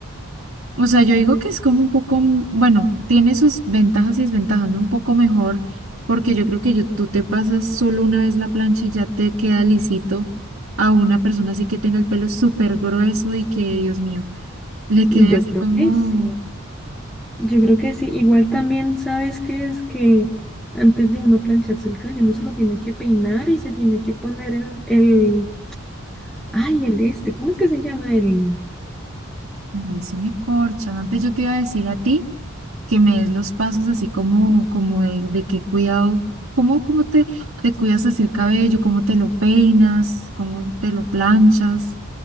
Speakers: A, on the right; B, in the centre.
A: O sea, yo digo que es como un poco, m- bueno, tiene sus ventajas y desventajas, ¿no? Un poco mejor, porque yo creo que yo- tú te pasas solo una vez la plancha y ya te queda lisito a una persona así que tenga el pelo súper grueso y que, Dios mío, le quede
B: Yo
A: así
B: creo
A: como...
B: que sí. Yo creo que sí, igual también sabes que es que antes de uno plancharse el cabello, uno se lo tiene que peinar y se tiene que poner el, el, ay, el este, ¿cómo es que se llama el?
A: No, sí me corchan. Antes yo te iba a decir a ti que me des los pasos así como, como de, de qué cuidado, cómo, cómo te, te cuidas así el cabello, cómo te lo peinas, cómo te lo planchas.